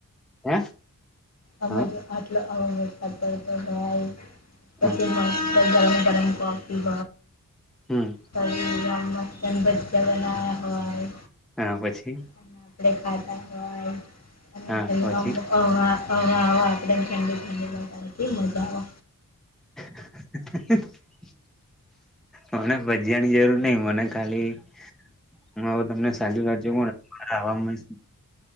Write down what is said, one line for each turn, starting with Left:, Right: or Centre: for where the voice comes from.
Centre: હે.
Left: આજ
Centre: હા
Left: આટલો વરસાદ પડતો પછી
Centre: હા
Left: ત જ ગરમ કફી
Centre: હમ
Left: બ ચન ભચા બનાવ્યા હોય.
Centre: હા પછી.
Left: અને આપણે ખાધા હોય અને
Centre: હા
Left: ઘર
Centre: પછી
Left: હ આવ આપેમ ઠંડી ઠંડી લથી મજા આવે.
Centre: <inaudible> મને ભજયાની જરૂર નઈ મને ખાલી હું આવવે તમને સાલીું રાજ્ય પણ આવા મળ.